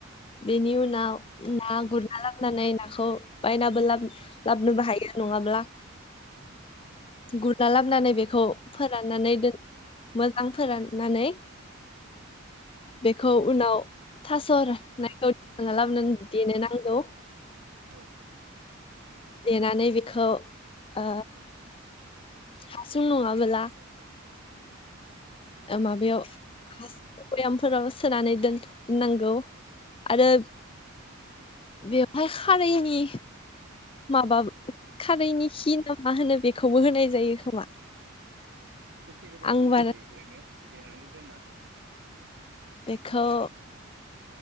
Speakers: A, on the left; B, on the right.
A: बेनि
B: औ
A: उनाव ना गुरना लाबनानै नाखौ बायनाबो ला लाबनोबो हायो नङाब्ला। गुरना लाबानै बेखौ फोरा फोराननानै दोन मोजां फोराननानै बेखौ उनाव थासरनायखौना लाबोनानै देनो नांगौ।
B: औ
A: देनानै बेखौ ओ हासुं नङाबोला
B: औ।
A: माबायाव ह गयामफोराव सोनानै दोन दोननांगौ आरो बेवहाय खारैनि माबा खारैनि हिनाम मा होनो बेखौबो होनाय जायो खोमा
B: बेसे गोबावजों
A: आं बारा
B: जाजायो ओरैनो। देनानै दोननानै
A: बेखौ
B: उम